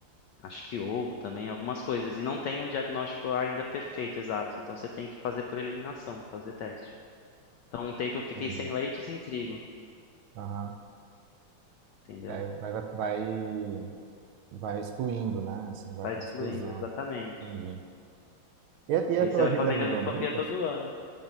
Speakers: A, on the left (about 80°); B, on the right (about 75°).
A: acho que ovo também, algumas coisas. E não tem um diagnóstico ainda perfeito, exato. Então você tem que fazer por eliminação, fazer teste. Então, um tempo eu fiquei
B: entendi,
A: sem leite e sem trigo,
B: aham.
A: entendeu?
B: E Aí vai, vai, vai vai excluindo, né? Assim, vai
A: Vai
B: por
A: excluindo,
B: exclusão,
A: exatamente.
B: entendi. E, a- e
A: E
B: a
A: aí
B: tua
A: você vai
B: vida
A: fazendo
B: mudou
A: endoscopia
B: muito?
A: todo ano.